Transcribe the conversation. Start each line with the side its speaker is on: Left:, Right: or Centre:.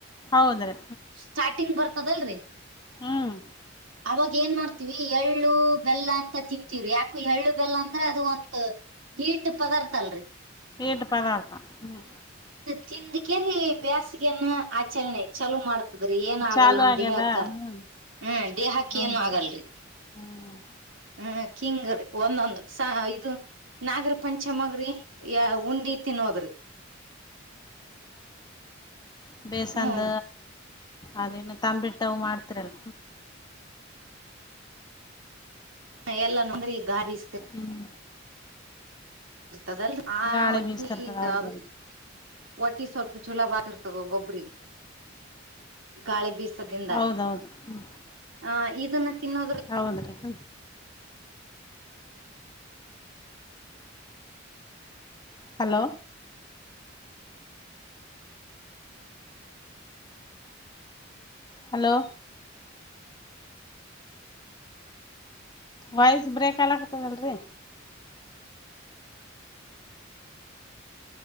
Left: ಹೌದ್ರಿ
Right: ಸ್ಟಾರ್ಟಿಂಗ್ ಬರ್ತದಲ್ರಿ
Left: ಹ್ಮ್
Right: ಅವಾಗ ಈ ಏನ್ ಮಾಡ್ತಿೀವಿ ಎಳ್ಳು ಬೆಲ್ಲ ಅಂತ ತಿಂತೀವ್ರಿ ಯಾಕು ಎಳ್ಳು ಬೆಲ್ಲ ಅಂದ್ರೆ ಅದು ಒಂತ ಹೀಟ್ ಪದಾರ್ಥ ಅಲ್ರರಿ
Left: ಟ ಪದಾರ್ತಾ ಹ್ಮ್
Right: ತಿಿಂದ ಕೆರಿ ಬ್ಯಸ್ ಆಚರಣೆ ಚಲೋ ಮಾಡ್ತದ್ರಿ ಏನ ಆಗಲ್ಲ
Left: ಚಾಲು
Right: ನಮ್
Left: ಆಗ್ಯದ
Right: ದೇಹಕ್ಕ
Left: ಹ್ಮ್
Right: ಹ್ಮ್ ದೇಹಕ್ಕ ಕೇನ್ಗಲ್ರಿ
Left: ಹೌದು ಹ್ಮ್
Right: ಹ್ಮ್ ಕಿಂಗ್ರರಿ ಒಂದೊಂದ ಸ ಇದು ನಾಗರ ಪಂಚಮಗ್ರಿ ಯ ಉಂಡಿ ತಿನ್ನೋದ್ರಿ
Left: ಬೇಸಂದ
Right: ಹ್ಮ್
Left: ಅದೇನ ತಂಬಿಟ್ಟವು ಮಾಡ್ತಿರಲ್.
Right: ಹ ಎಲ್ಲ ನಂದ್ರ ಈಗ ಗಾರ ಸ್ತ
Left: ಹ್ಮ್
Right: ಇರ್ತದಲ್ ಆ
Left: ಗಾಳಿ
Right: ಹೊಟ್ಟಿ
Left: ಬೀಸ್ತಿರ್ತದ
Right: ಗಾದು
Left: ಹೌದೌದು
Right: ಒಟ್ಟಿ ಸ್ವಲ್ಪ ಜುಲಾಬ ಆಗಿರ್ತದ ಒಬ್ರ ಗಾಳಿ ಬೀಿಸಿ ದಿಂದ
Left: ಹೌದೌದು ಹ್ಮ್
Right: ಆ ಇದನ್ನ ತಿನ್ನೋದ್ರ
Left: ಹೌದ್ರಿ ಹ್ಮ್ ಹಲೋ ಹಲೋ ವಾಯ್ಸ್ ಬ್ರೇಕ್ ಆಲ್ ಆಗ್ತದಲ್ರಿ